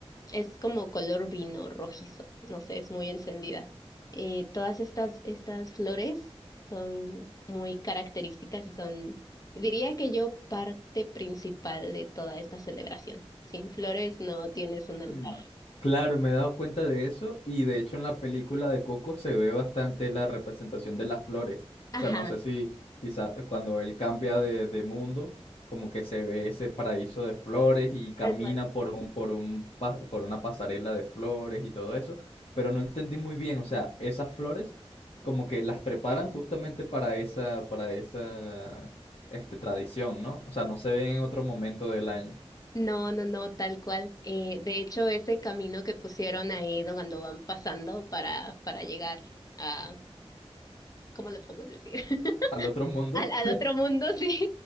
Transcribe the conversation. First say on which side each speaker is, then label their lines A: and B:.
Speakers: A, on the left; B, on the left.
A: es como color vino rojizo, no sé, es muy encendida. Eh, todas estas, estas flores son muy características y son, diría que yo, parte principal de toda esta celebración. Sin flores no tienes un altar.
B: No. Claro, me he dado cuenta de eso y de hecho en la película de Coco se ve bastante la representación de las flores.
A: Ajá,
B: O sea, no sé si quizá cuando él cambia de, de mundo, como que se ve ese paraíso de flores y camina
A: tal cual.
B: por un, por un, pa- por una pasarela de flores y todo eso, pero no entendí muy bien, o sea, esas flores como que las preparan justamente para esa, para esa, este, tradición, ¿no? O sea, no se ven en otro momento del año.
A: No, no, no, tal cual. Eh, de hecho, ese camino que pusieron ahí cuando van pasando para, para llegar a, ¿cómo le puedo decir? <laughs>
B: Al otro mundo.
A: al, al
B: <laughs>
A: otro mundo, <laughs> sí,